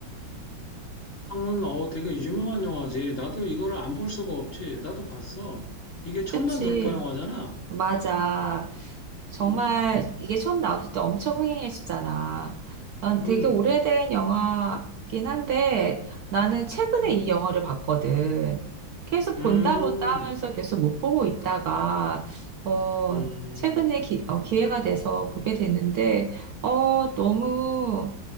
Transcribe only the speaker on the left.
은 어, 되게 유명한 영화지. 나도 이거를 안 볼 수가 없지. 나도 봤어. 이게 천만
돌파 영화잖아.
음,
음,
음,
음,
음,